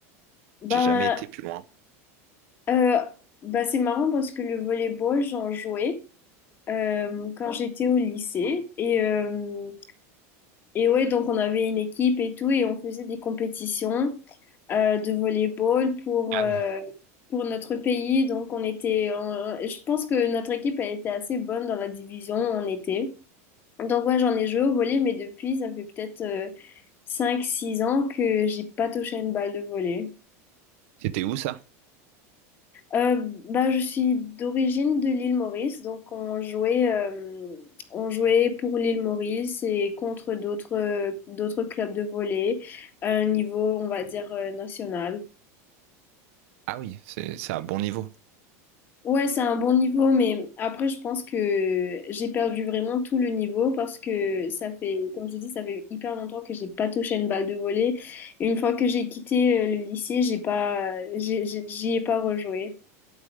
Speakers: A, on the left; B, on the right.
A: Ben,
B: j'ai jamais été plus loin.
A: euh, ben, c'est marrant parce que le volleyball, j'en jouais. euh, quand j'étais au lycée. Et, euh, et ouais, donc on avait une équipe et tout, et on faisait des compétitions euh, de volleyball pour,
B: Ah
A: euh,
B: oui.
A: pour notre pays. Donc on était, en- je pense que notre équipe elle était assez bonne dans la division où on était. Donc ouais, j'en ai joué au volley, mais depuis, ça fait peut-être euh, cinq six ans que j'ai pas touché une balle de volley.
B: C'était où ça?
A: Euh, bah, je suis d'origine de l'île Maurice, donc on jouait, euh, on jouait pour l'île Maurice et contre d'autres euh, d'autres clubs de volley à un niveau, on va dire, euh, national.
B: Ah oui, c'est c'est un bon niveau.
A: Ouais, c'est un bon niveau, mais après, je pense que j'ai perdu vraiment tout le niveau parce que ça fait, comme je dis, ça fait hyper longtemps que j'ai pas touché une balle de volley. Une fois que j'ai quitté euh, le lycée, j'ai pas, j'ai- j'ai- j'y ai pas rejoué.